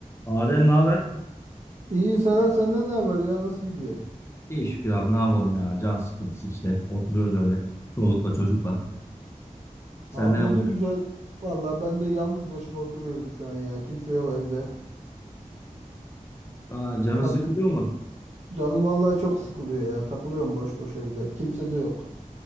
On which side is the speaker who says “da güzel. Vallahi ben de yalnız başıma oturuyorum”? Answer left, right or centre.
Right